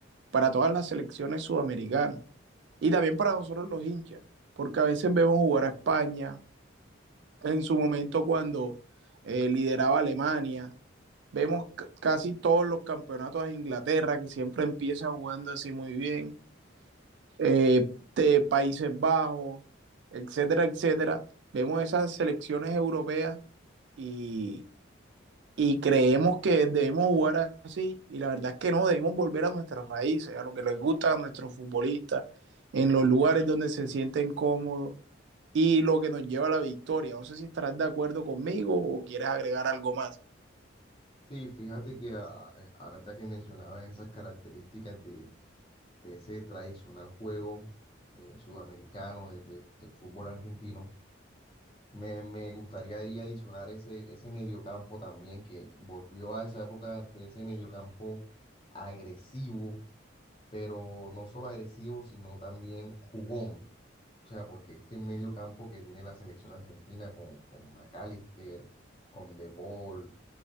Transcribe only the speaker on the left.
claro.
Sí, fíjate que a- a- ahorita que mencionabas esas características de de ese tradicional juego de sudamericano, de- de- del fútbol argentino. Me, me gustaría ahí adicionar ese, ese mediocampo también, que volvió a esa época de ese mediocampo agresivo, pero no solo agresivo, sino también jugón. O sea, porque es que el mediocampo que tiene la selección argentina con, con McAllister, con De Paul,